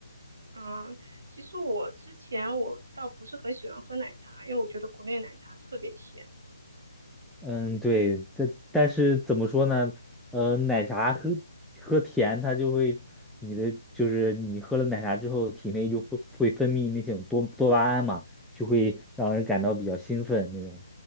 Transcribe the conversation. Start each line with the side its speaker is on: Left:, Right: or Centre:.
Right: 嗯，其实我之前我倒不是很喜欢喝奶茶，因为我觉得国内奶茶特别甜
Centre: 嗯，对，但但是怎么说呢？呃，奶茶喝喝甜，它就会你的就是你喝了奶茶之后，体内就会会分泌那种多多巴胺嘛，就会让人感到比较兴奋那种。